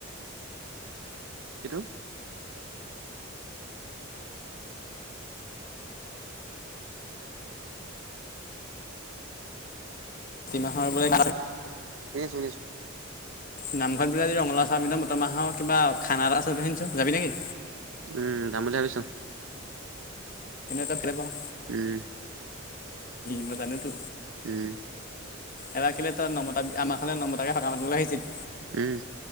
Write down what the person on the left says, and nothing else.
কাতিমাহৰ বোলে
নামঘৰত বোলে আজি ৰঙালাও চয়াইবিনে মতমাহৰ কিবা খানা এটা আছে শুনিছো যাবি নেকি?
এনেও ত‌ই ভালে পাওঁ
মই জানোতো
এব কিললে তই নমতা আমাৰ খলে নমতাকে সক মানলৈ আহিছিল